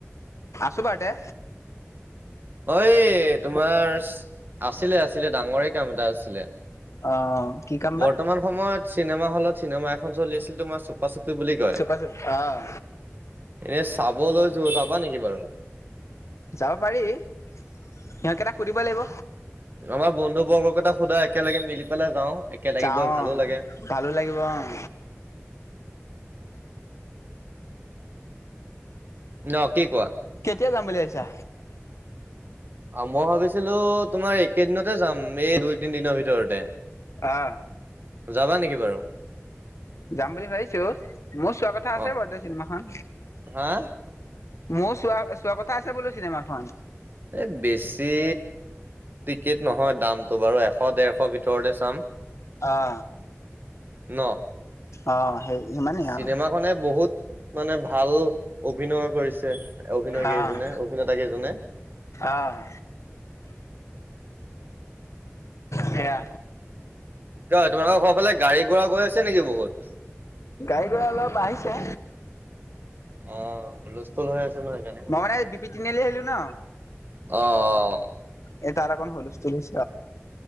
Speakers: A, on the left; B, on the right.
A: চুপে
B: অ তোমাৰ আছিলে আছিলে ডাঙৰে কাম এটা আছিলে।
A: অ' কি কাম বা?
B: বৰ্তমান সময়ত চিনেমা হলত চিনেমা এখন চলি আছিল তোমাৰ চুপা চুপ বুলি কয়
A: চুপা চুপ অ'
B: এনে চাবলৈ য যাবা নেকি বাৰু।
A: যাব পাৰি সিহঁকেইটাক সুধিব লাগিব
B: আমাৰ বন্ধু বৰ্গ কেইটা সোধা একেলগে মিলি পেলাই যাওঁ। একেলগে
A: যাও
B: গৈ ভালো লাগে।
A: ভালো লাগিব আহ
B: ন কি কোৱা?
A: কেতিয়া যাম বুলি ভিছা
B: অ মই ভাবিছিলো তোমাৰ এইকেইদিনতে যাম এই দুই তিনি দিনৰ ভিতৰতে।
A: অ'
B: যাবা নেকি বাৰু।
A: যাম বুলি ভাবিছো মোৰ চোৱা কথা আছে
B: অ
A: বৰ্তে চিনেমাখন।
B: হা
A: মোৰ চোৱা চোৱা কথা আছে বোলো চিনেমাখন।
B: এই বেছি টিকেট নহয় দামটো বাৰু এশ ডেৰশ ভিতৰতে চাম।
A: অ
B: ন
A: অ' সেই সিমানেই
B: চিনেমাখনে
A: আৰু
B: বহুত মানে ভাল ভাল অভিনয় কৰিছে। অভিনয় কেইজনে
A: অ'
B: অভিনেতা কেইজনে
A: অ' সেয়া।
B: ক তোমালোকৰ ঘৰৰ ফালে গাড়ী গোৰা গৈ আছে নেকি বহুত
A: গাড়ী ঘৰা অলপ আহঢ়িছে
B: অ লস্থল হৈ আছে সকাৰণে সুধিছে
A: মই মানে বি পি তিনিআলি আহিলো ন
B: অ অ।
A: এ তাত অকণ হলস্থ তুলিছ।